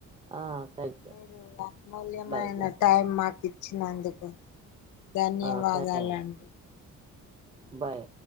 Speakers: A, on the right (about 20°); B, on the left (about 80°).
A: ఆ థ్యాంక్ యూ
B: మీరు మూల్యమానా
A: బాయ్
B: టైమ్ మాకి వచ్చినందుకు ధన్యవాదాలండి
A: ఆ థ్యా బాయ్